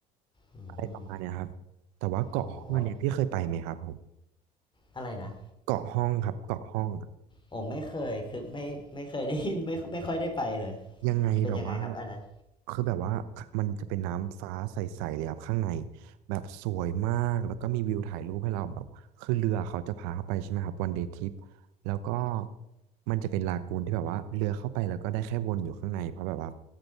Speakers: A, on the left; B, on the right.
A: อืม
B: อะไรประมาณเนี้ยครับแต่ว่าเกาะห้องอันเนี้ยพี่เคยไปไหมครับผม
A: โหอะไรนะ
B: เกาะห้องครับเกาะห้อง
A: โอ้ไม่เคยคือไม่ไม่เคยได้ยินไม่ไม่ค่อยได้ไปเลย
B: ยังไงแบบว่า
A: เป็นยังไงครับอันนั้น
B: คือแบบว่ามันจะเป็นน้ำฟ้าใสๆเลยครับข้างในแบบสวยมากแล้วก็มีวิวถ่ายรูปให้เราแบบคือเรือเขาจะพาเข้าไปใช่ไหมครับวันเดย์ทริปแล้วก็มันจะเป็นลากูนที่แบบว่าเรือเข้าไปแล้วก็ได้แค่วนอยู่ข้างในเพราะแบบว่า